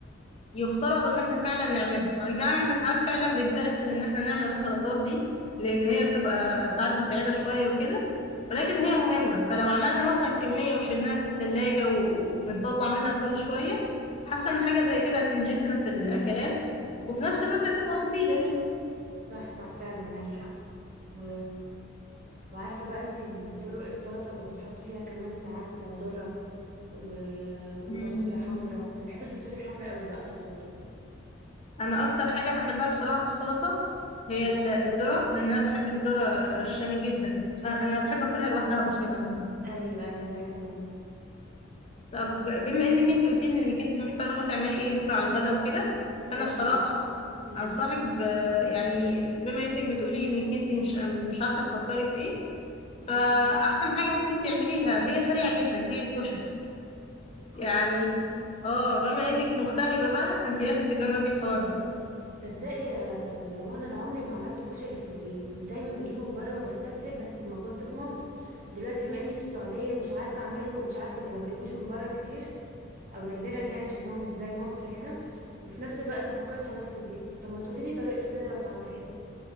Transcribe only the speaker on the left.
يفترض إن إحنا فعلا نعملها أي نعم إحنا ساعات فعلا بنكسل إن إحنا نعمل السلطات دي لأن هي بتبقى ساعات متعبة شوية وكده ولكن هي مهمة فلو عملنا مثلا كمية وشيلناها في التلاجة وبنطلع منها كل شوية حاسة إن حاجة زي كده هتنجزنا في الأكلات وفي نفس الوقت هتبقى مفيدة لينا
مم.
انا اكتر حاجه بحبها بصراحه في السلطه هي
ال- الذره لان انا بحب الذره الشامي جدا س- انا بحب اكلها لوحدها اصلا عموما
طب بما انك انت قلت لي انك انت محتاره تعملي ايه بكره على الغدا وكده
فانا بصراحه
انصحك ب... يعني بما انك بتقولي انك انت مش مش عارفه تفكري في ايه فاحسن
حاجه ممكن تعمليها هي سريعه جدا هي الكشري
يعني
اه بما انك مغتربه بقى فانت لازم تجربي الحوار ده